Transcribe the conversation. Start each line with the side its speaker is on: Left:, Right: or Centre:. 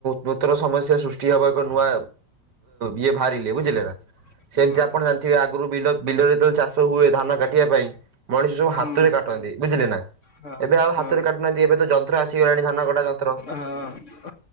Right: ନୂତନ ସମସ୍ୟା ସୃଷ୍ଟି ହଵା ଏକ ନୂଆ ଇଏ ବାହାରିଲେ ବୁଝିଲେ
Left: ହୁଁ
Right: ନା ସେମିତି
Left: ହୁଁ
Right: ଆପଣ ଜାଣିଥିବେ ଆଗରୁ ବିଲ ଯେତେବେଳେ ଚାଷ ହୁଏ ଧାନ କାଟିବା ପାଇଁ ମଣିଷ ସବୁ
Left: ହୁଁ
Right: ହାତରେ କାଟନ୍ତି ବୁଝିଲେ ନା
Left: ହଁ
Right: ଏବେ ଆଉ
Left: ହଁ
Right: ହାତରେ କାଟୁନାହାନ୍ତି ଏବେ ତ ଯନ୍ତ୍ର ଆସିଗଲାଣି ଧାନ କଟା ଯନ୍ତ୍ର
Left: ହଁ ଅଁ